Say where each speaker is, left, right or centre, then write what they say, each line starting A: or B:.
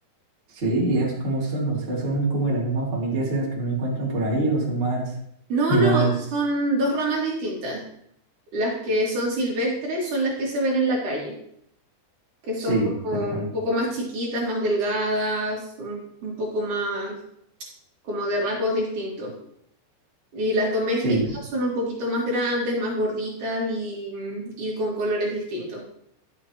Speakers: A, on the right (about 20°); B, on the right (about 55°).
A: Sí, y esas como son, o sea, son como de la misma familia esas que uno encuentra por ahí o son más,
B: No,
A: más,
B: no, son dos ramas distintas. Las que son silvestres son las que se ven en la calle. que son
A: sí,
B: como
A: tal cual.
B: un poco más chiquitas, más delgadas, un, un poco más como de rasgos distintos. Y las domésticas
A: Sí,
B: son un poquito más grandes, más gorditas y, y con colores distintos.